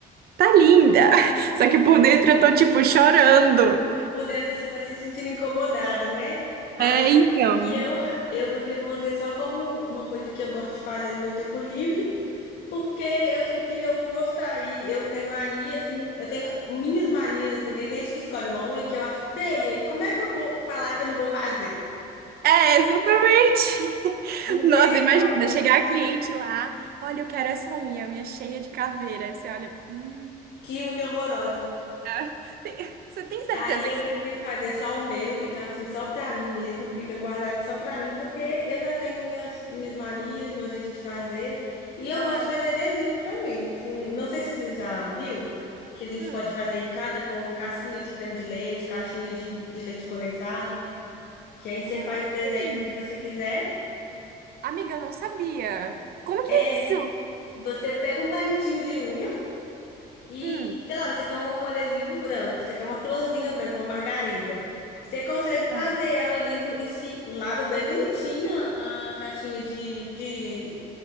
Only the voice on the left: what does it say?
por dentro você tá se sentindo incomodada, né? Aí
por
isso que eu, <laughs> eu prefiro manter só como uma coisa que eu gosto de fazer no meu tempo livre. Porque eu sei que eu vou gostar. E eu tenho mania, assim, eu tenho minhas manias, assim. Tem gente que escolhe uma unha que eu acho feia. E como é que eu vou falar que eu não vou fazer?
Não
tem nem
como.
Que unha horrorosa.
Aí eu
prefiro
fazer só o meu, ficar assim, só pra mim mesmo, fica guardado só pra mim, porque eu já tenho minhas, minhas manias, meu jeito de fazer. E eu
gosto de fazer adesivo também. Com, não sei se você já viu, que a gente
pode fazer em casa com cassinha de creme de leite, caixinha de, de leite condensado. que aí você
faz
o desenho do que você quiser.
É,
você pega um palitinho de unha e,
sei lá, você quer um adesivo branco, você quer uma florzinha branca, uma margarida. Você consegue fazer
ela ali no, em si, lava bem bonitinha a caixinha de, de,